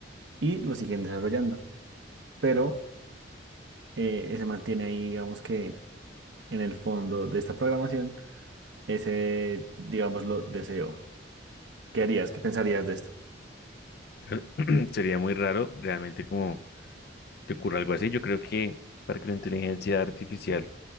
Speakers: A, on the right; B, on the left.
A: y lo siguen desarrollando, pero eh, se mantiene ahí, digamos que en el fondo de esta programación, ese, digámoslo, deseo. ¿Qué harías? ¿Qué pensarías de esto?
B: Pero <clears throat> sería muy raro realmente como que ocurra algo así. Yo creo que para que la inteligencia artificial